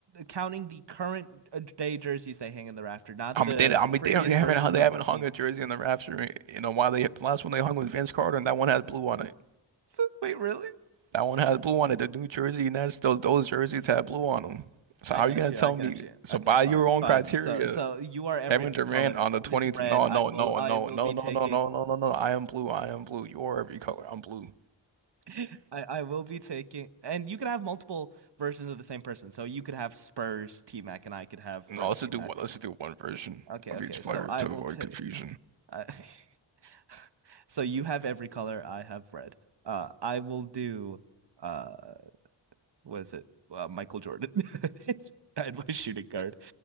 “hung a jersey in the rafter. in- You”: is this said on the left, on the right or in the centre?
Right